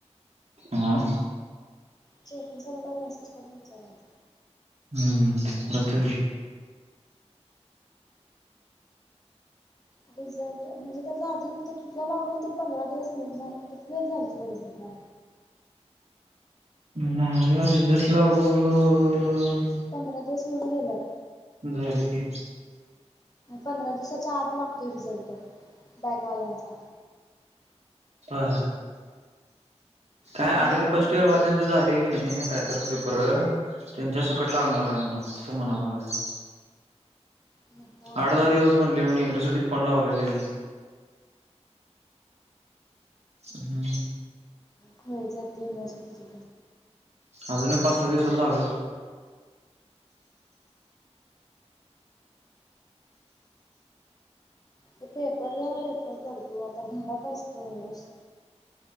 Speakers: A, on the right (about 70°); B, on the left (about 35°).
A: हा
B: चेतन सरला मेसेज करून विचारायचं
A: हम्म परत
B: रिझल्ट म्हणजे त्याचा अजून क तुझा लागून तर पंधरा दिवस मि नाही किती दिवस झाले तुझ रिझ ह
A: माझ रिझल्ट लागून ह
B: पंधरा दिवस होऊन गेल्यात
A: झाली की
B: पंधरा दिवसाच्या आत लागतोय रिझल्ट बॅकवाल्यांचा
A: ह काय
B: लागायला
A: अरे
B: पाहिजे
A: ते फर्स्ट इअर
B: होत त्याच
A: वाल्याच झाले की नाही हे काय तर पेपर त्यांच्या सकटला लागणार आहे म्हणा असं म्हणायला लागलं
B: मग काय माहित
A: आठ दहा
B: फर्स्ट
A: दिवस
B: इयरचा
A: म्हणले
B: कधी
A: म्ह
B: लागतो
A: युिव्हर्सिटीत फोन लावलेला की हम्म
B: खळचाात तेन असत ते
A: अजून एक पाच सहा दिवसात लागल.
B: ते पेपर जरा रेफर कर तू. आता घरात असतोयस.